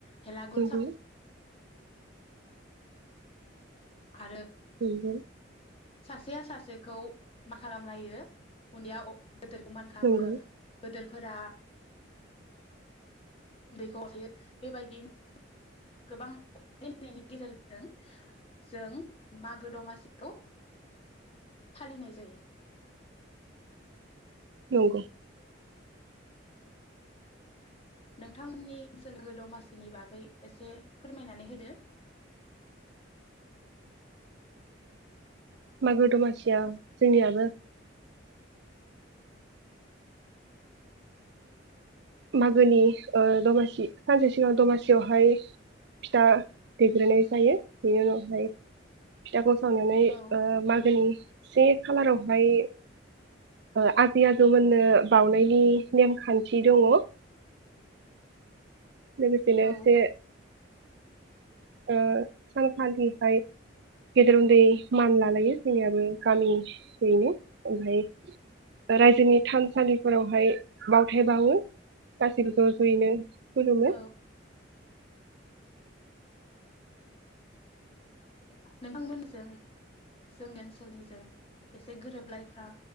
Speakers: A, on the left; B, on the right.
A: भेलागुर
B: नंगौ
A: सा आरो
B: <inaudible>
A: सासेया सासेखौ मा खालामलायो उन्दैया गदोरखौ मान खालामो
B: नंगौ
A: गदोर फोरा उन्दैखौ हर थायो बेबायदिनो गोबां अनाय होननायनि गेजेरजों जों मागो दमासिखौ फालिनाय जायो
B: नंगौ
A: नोंथांमोननि सोरगो दमासिनि बागै एसे फोरमायनानै होदो
B: मागो दमासिया जोंनियाबो मागोनि ओ, दमासि सानसे सिगां दमासियावहाय फिथा दैग्रोनाय जायो बेनि उनावहाय फिथाखौ सावनानै
A: औ
B: मागोनि से खालारावहाय ओ आजै आजौमोननो बावनायनि नेमखान्थि दङ लोगोसेनो
A: औ
B: से ओ, सानखालिहाय गेदेर उन्दै मान लालायो जोंनियाबो गामियैनो, ओमफ्राय रायजोनि थानसालिफोरावहाय बावथाय बावो, गासैबो ज' ज'यैनो खुलुमो
A: औ नोंथांमोनजों जोंनि ओनसोलनिजों एसे गोरोबलायफ्रा